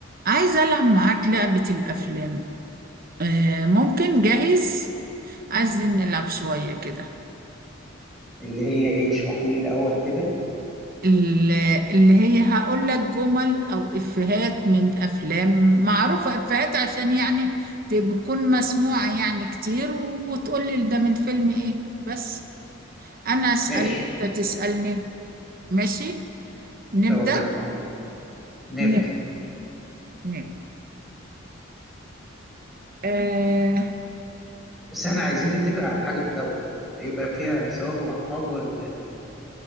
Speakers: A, on the right (about 45°); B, in the centre.
A: عايزة ألعب معاك لعبة الأفلام آه ممكن جاهز عايزين نلعب شوية كده
B: اللي هي ايه اشرحي لي الاول كده
A: ال- اللي هي هقول لك جمل أو إفيهات من أفلام معروفة إفيهات عشان يعني تكون مسموعة يعني كتير وتقول لي ده من فيلم إيه بس أنا أسأل
B: ماشي
A: وأنت تسألني ماشي نبدأ
B: توكلنا على الله نبدأ
A: نبدأ نبدأ آه
B: بس احنا عايزين نتفق على حاجة في الاول هيبقى فيها ثواب وعقاب ولا